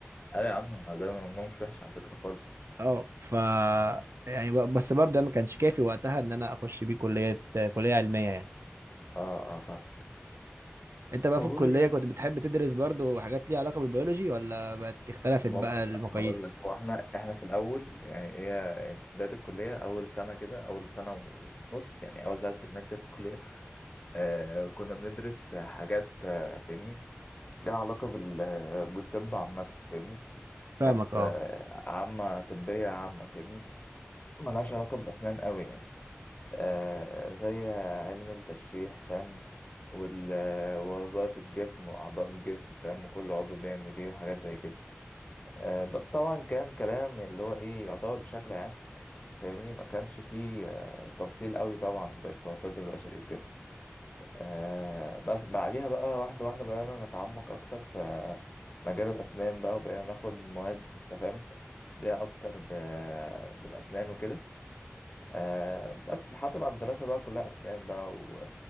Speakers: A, on the left; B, on the right.
A: ايوه يا عم ده مجموع مش وحش على فكرة خالص
B: اه ف يعني ب- بس برضه ده ما كانش كافي وقتها ان انا اخش بيه كليه كليه علميه يعني
A: اه اه فاهم
B: انت بقى
A: والله
B: في الكليه كنت بتحب تدرس برضه حاجات ليها علاقه بالبيولوجي ولا بقت اختلفت
A: ما
B: بقى
A: بص
B: المقاييس
A: هقول لك هو احنا احنا في الاول يعني هي يعني في بدايه الكليه اول سنه كده اول سنه ونص يعني اول ثلاث ترمات كده في الكليه آه كنا بندرس حاجات آه فاهمني ليها علاقه بال آه، بالطب عامه فاهمني حاجات
B: فاهمك اه
A: آه عامه طبيه عامه فاهمني ملهاش علاقه باسنان قوي يعني آه زي علم التشريح فاهم وال- آه، ووظائف الجسم واعضاء الجسم فاهم وكل عضو بيعمل ايه وحاجات زي كده آه، بس طبعا كان كلام اللي هو ايه يعتبر بشكل عام فاهمني ما كانش فيه آه، تفاصيل قوي طبعا زي بتوع الطب البشري وكده آه، بس بعديها بقى واحدة واحدة بدأنا نتعمق أكتر في مجال الأسنان بقى وبقينا ناخد مواد أنت فاهم ليها أكتر ب- بالأسنان وكده آه بس لحد ما الدراسة بقى كلها أسنان بقى و...